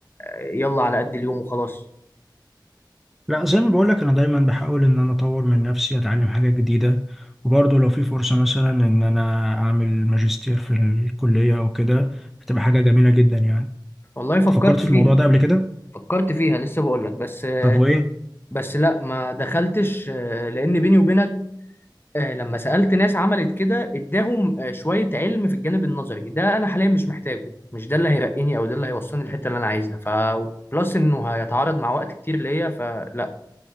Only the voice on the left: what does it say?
يلا على قد اليوم وخلاص
والله فكرت
فيها
فكرت فيها لسه بقول لك بس
بس لا ما دخلتش لان بيني وبينك آه، لما سألت ناس عملت كده اداهم آه، شوية علم في الجانب النظري ده انا حاليا مش محتاجه مش ده اللي هيرقيني او ده اللي هيوصلني الحتة اللي انا عايزها ف بلس انه هيتعارض مع وقت كتير ليا فلا